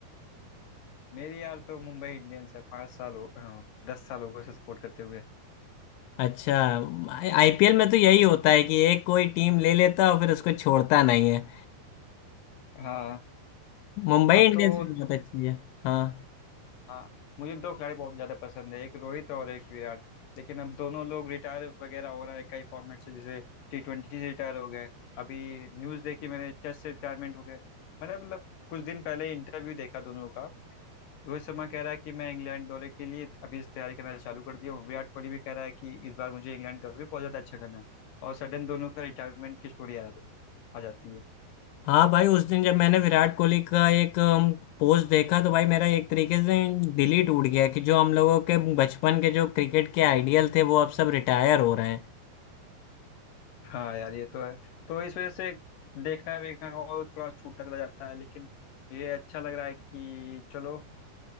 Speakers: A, on the left; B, on the left.
A: मेरी यार तो मुंबई इंडियंस है पाँच साल हो हाँ दस साल हो गए उसे सपोर्ट करते हुए
B: अच्छा आईपीएल में तो यही होता है कि एक कोई टीम ले लेता है और फिर उसको छोड़ता नहीं है
A: हाँ
B: मुंबई
A: अब
B: इंडियंस
A: तो
B: भी बहुत अच्छी है हाँ
A: हाँ मुझे दो खिलाड़ी बहुत ज़्यादा पसंद है एक रोहित और एक विराट लेकिन अब दोनों लोग रिटायर वगैरह हो रहा है कई फॉर्मेट से जैसे टी ट्वेंटी से रिटायर हो गए अभी न्यूज़ देखी मैंने टेस्ट से रिटायरमेंट हो गए मैंने मतलब कुछ दिन पहले इंटरव्यू देखा दोनों का रोहित शर्मा कह रहा है कि मैं इंग्लैंड दौरे के लिए अभी से तैयारी करना चालू कर दिया हूँ विराट कोहली भी कह रहा है कि इस बार मुझे इंग्लैंड दौरे पे बहुत ज़्यादा अच्छा करना है और सडन दोनों का रिटायरमेंट की स्टोरी आ, जा, आ जाती है
B: हाँ भाई उस दिन जब मैंने विराट कोहली का एक पोस्ट देखा तो भाई मेरा एक तरीके से दिल ही टूट गया कि जो हम लोगों के बचपन के जो क्रिकेट के आइडियल थे वो अब सब रिटायर हो रहे हैं
A: हाँ यार ये तो है तो इस वजह से देखना देखना और थोड़ा छूटता चला जाता है लेकिन ये अच्छा लग रहा है कि चलो